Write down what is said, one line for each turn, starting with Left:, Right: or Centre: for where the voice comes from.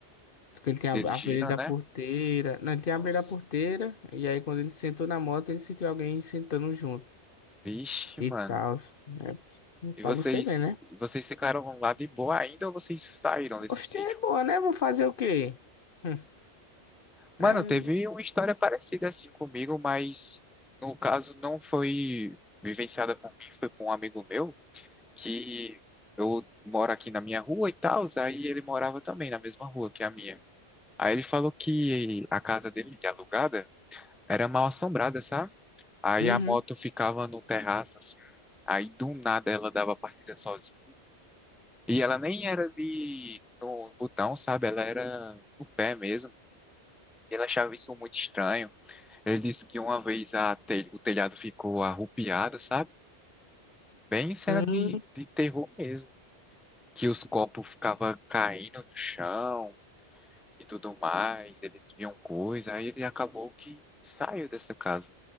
Left: porque Ele tinha
Centre: dirigindo,
Left: abrido da
Centre: né?
Left: porteira. Não, ele tinha
Centre: Nossa.
Left: abrido a porteira. E aí quando ele sentou na moto, ele sentiu alguém sentando junto.
Centre: Vixe,
Left: E
Centre: mano.
Left: tal. É,
Centre: E
Left: pra
Centre: vocês,
Left: você ver, né?
Centre: vocês ficaram lá de boa ainda ou vocês saíram desse
Left: Oxe,
Centre: sítio?
Left: é boa, né? Vou fazer o quê? Hum.
Centre: Mano,
Left: É
Centre: teve uma história parecida assim comigo, mas no caso não foi vivenciada por mim, foi por um amigo meu que eu moro aqui na minha rua e tal, aí ele morava também na mesma rua que a minha. Aí ele falou que a casa dele, alugada, era mal assombrada, sabe? Aí
Left: Uhum.
Centre: a moto ficava no terraço assim, aí do nada ela dava partida sozinha. E ela nem era de no botão, sabe? Ela era no pé mesmo. E ela achava isso muito estranho. Ele disse que uma vez a tel- o telhado ficou arrupiado, sabe? Bem cena
Left: Hum,
Centre: de, de terror mesmo. Que os copos ficavam caindo no chão e tudo mais. Eles viam coisa. Aí ele acabou que saiu dessa casa.